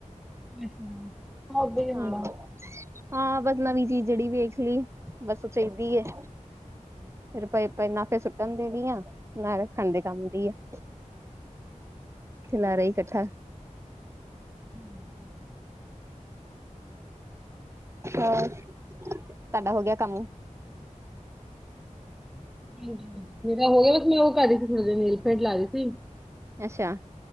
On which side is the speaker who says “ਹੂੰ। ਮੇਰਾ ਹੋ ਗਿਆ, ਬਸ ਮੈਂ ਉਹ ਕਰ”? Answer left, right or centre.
Centre